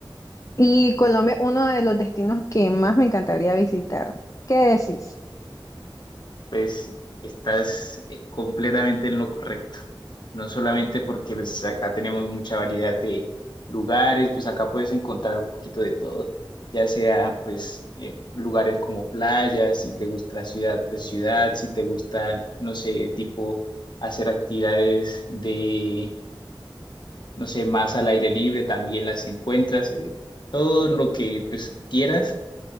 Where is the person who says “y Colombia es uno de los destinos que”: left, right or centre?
Left